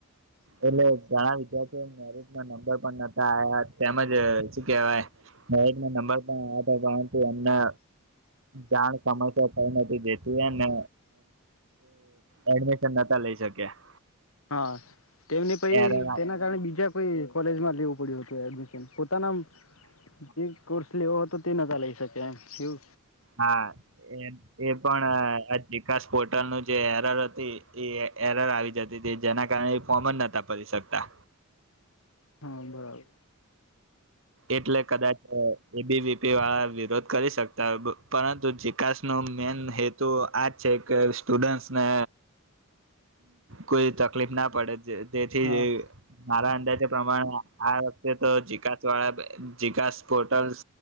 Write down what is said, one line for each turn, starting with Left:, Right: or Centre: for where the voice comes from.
Right: એટલે ઘણા વિદ્યાર્થીઓ મેરટ નંબર પણ નતા આવ્યા તેમજ શ કેહેવાય મેરટ નંબર પણ આવ પરંતુ એમને જાણ સમસ્યા થઈ નથી દતીને એડમિશન નતા લઈ શક્યા
Left: હતા હા તેમને પ
Right: એરર હા
Left: તેના કારણે બીજા કોઈ કોલેજમાં લ પડ્યું હતું એડમિશન તનમ જીવ કોર્સ લેવો હો હતો તે નજ લઈ શકે એમ શું
Right: હા એ એ પણ વિકાસ પોર્ટલ નું જે એરર હતી એ એરર આવી જતી હતી જેના કારણે એ ફોર્મ જ નતા ભરી શકતા
Left: હા બરાબર
Right: એટલે કદાચ એબીવીપી વાળા વિરોધ કરી શકતા હોય પરંતુ ચિકાસ નો મેન હેતુ આજ છે કે સ્ટુડન્ટસને કોઈ તકલીફ ના પડે તેથી
Left: હા
Right: મારા અંદાજે પ્રમાણે આ વક્તે તો જીકા સ વાડે જીકાસ પોલટલ્સ